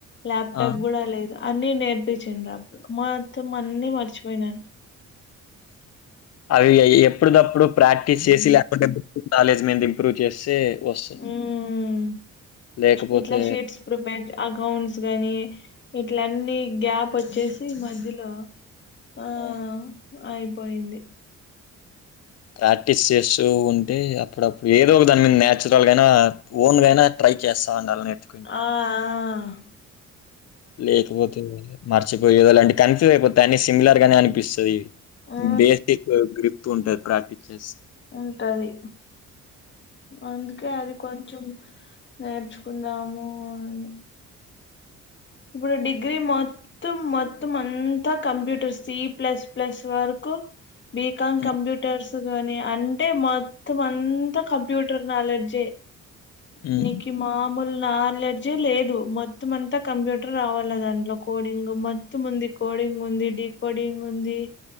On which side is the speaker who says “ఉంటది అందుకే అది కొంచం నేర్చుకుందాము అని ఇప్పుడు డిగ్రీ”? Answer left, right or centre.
Left